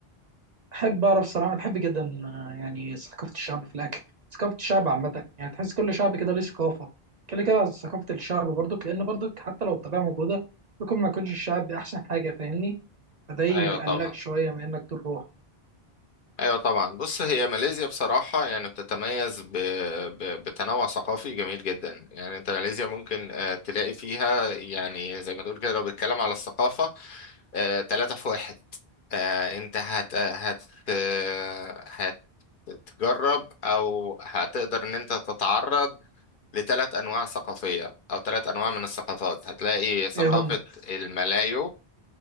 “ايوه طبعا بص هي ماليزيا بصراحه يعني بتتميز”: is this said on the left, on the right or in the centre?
Left